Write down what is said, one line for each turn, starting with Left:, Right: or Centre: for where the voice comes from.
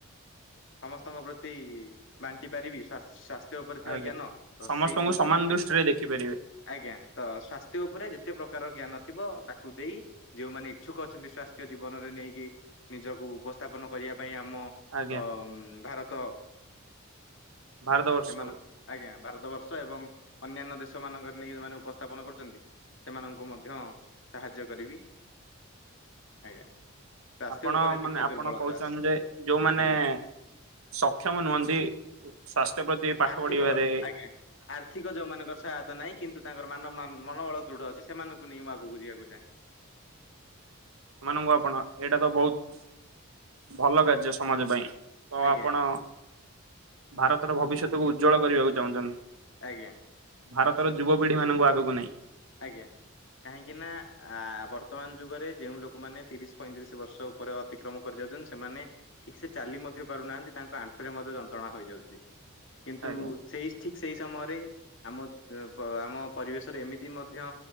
Left: ସମସ୍ତଙ୍କ ପ୍ରତି ବାଣ୍ଟି ପାରିବି ସ୍ବା ସ୍ବା ତ୍ୟ ଓପରେ ଥିବା
Right: ଆଜ୍ଞା।
Left: ଜ୍ଞାନ ତ
Right: ସମସ୍ତଙ୍କୁ
Left: ସେଇ ଜିନିଷ
Right: ସମାନ
Left: ଓପରେ ଟି
Right: ଦୃଷ୍ଟିରେ ଦେଖିପାରିବେ
Left: ଆଜ୍ଞା। ତ ସ୍ଵାସ୍ଥ୍ୟ ଓପରେ ଯେତେ ପ୍ରକାରର ଜ୍ଞାନ ଥିବ ତାକୁ ଦେଇ ଯୋଉମାନେ ଇଛୁକ ଅଛନ୍ତି ସ୍ୱାସ୍ଥ୍ୟ ଜୀବନରେ ନେଇକି ନିଜକୁ ଉପସ୍ଥାପନ କରିବା ପାଇଁ ଆମ
Right: ଆଜ୍ଞା
Left: ଅମ୍ ଭାରତ
Right: ଭାରତବର୍ଷ
Left: ମାନ ଆଜ୍ଞା ଭାରତ ବର୍ଷ ଏବଂ ଅନ୍ୟାନ୍ୟ ଦେଶ ମାନଙ୍କରେ ନେଇ ଯୋଉମାନେ ଉପସ୍ଥାପନା କରୁଚନ୍ତି। ସେମାନଙ୍କୁ ମଧ୍ୟ ସାହାଯ୍ୟ କରିବି। ଆଜ୍ଞା। ସ୍ୱାସ୍ଥ୍ୟ
Right: ଆପଣ
Left: ଉପରେ
Right: ମାନେ
Left: ଟିକେ
Right: ଆପଣ
Left: ଦୁର୍ବଳତା
Right: କହୁଛନ୍ତି
Left: ଅଛି
Right: ଯେ ଯୋଉମାନେ
Left: ଆଜ୍ଞା
Right: ସକ୍ଷମ ନୁହନ୍ତି। ସ୍ୱାସ୍ଥ୍ୟ ପ୍ରତି ପାଠ
Left: ଆର୍ଥିକ
Right: ପଢିବାରେ
Left: ଆଜ୍ଞା। ଆର୍ଥିକ ଯୋଉମାନଙ୍କର ସହାୟତା ନାହିଁ କିନ୍ତୁ ତାଙ୍କର ମାନ ମନୋବଳ ଦୃଢ ଅଛି ସେମାନଙ୍କୁ ନେଇ ମୁଁ ଆଗକୁ ବୁଝିବାକୁ ଚାହେଁ।
Right: ସେମାନଙ୍କୁ ଆପଣ ଏଇଟା ତ ବହୁତ ଭଲ କାର୍ଯ୍ୟ ସମାଜ ପାଇଁ। ତ
Left: ଆଜ୍ଞା
Right: ଆପଣ ଭାରତର ଭବିଷ୍ୟତକୁ ଉଜ୍ଜ୍ୱଳ କରିବାକୁ ଚାହୁଁଛନ୍ତି।
Left: ଆଜ୍ଞା।
Right: ଭାରତର ଯୁବପିଢ଼ି ମାନଙ୍କୁ ଆଗକୁ ନେଇଁ।
Left: ଆଜ୍ଞା। କାହିଁକି ନା ଆ ବର୍ତ୍ତମାନ ଯୁଗରେ ଯେଉଁ ଲୋକମାନେ ତିରିଶ ପଇଁତିରିଶ ବର୍ଷ ଉପରେ ଅ ଅତିକ୍ରମ କରିଯାଉଚନ୍ତି ସେମାନେ ଠିକ ସେ ଚାଲି ମଧ୍ୟ ପାରୁନାହାନ୍ତି ତାଙ୍କ ଆଣ୍ଠୁରେ ମଧ୍ୟ ଯନ୍ତ୍ରଣା ହୋଇଯାଉଛି। କିନ୍ତୁ
Right: ଆଜ୍ଞା
Left: ସେଇ ଠିକ୍ ସେଇ ସମୟରେ ଆମ ଆମ ପରିବେଶରେ ଏମିତି ମଧ୍ୟ